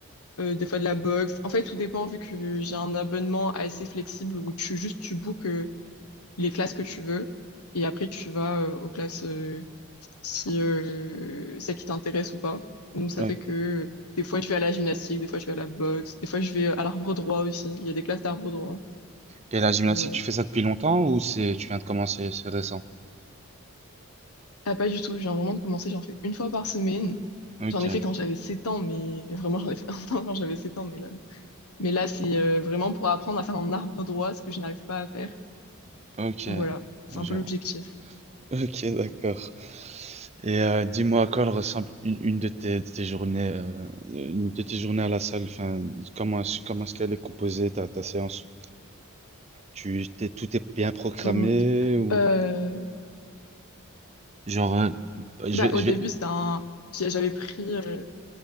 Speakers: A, on the left; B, on the right.
A: euh, des fois de la boxe. En fait, tout dépend vu que j'ai un abonnement assez flexible où tu juste tu bookes. euh, les classes que tu veux, et après tu vas euh, aux classes euh, si euh, celles qui t'intéressent ou pas. Donc ça
B: Ok.
A: fait que euh, des fois je vais à la gymnastique, des fois je vais à la boxe, des fois je vais euh, à l'arbre droit aussi. Il y a des classes d'arbre droit.
B: Et la gymnastique,
A: Voilà.
B: tu fais ça depuis longtemps ou c'est tu viens de commencer, c'est récent?
A: Ah pas du tout, je viens vraiment de commencer, j'en fais une fois par semaine.
B: Ok,
A: J'en ai fait quand j'avais 7 ans, mais vraiment j'en ai fait <laughs> un an quand j'avais 7 ans, mais là, mais là c'est euh, vraiment pour apprendre à faire un arbre droit, ce que je n'arrive pas à faire.
B: ok,
A: Donc voilà, c'est un
B: genre,
A: peu l'objectif.
B: ok, d'accord. Et euh, dis-moi à quoi elle ressemble une, une de tes, de tes journées, euh, une de tes journées à la salle. Enfin, comment est-ce, comment est-ce qu'elle est composée ta, ta séance? Tu t'es, tout est bien programmé
A: Mhm.
B: ou
A: Euh,
B: genre, euh, je
A: bah,
B: vais,
A: au
B: je
A: début,
B: vais,
A: c'était un... j'ai- J'avais pris... euh,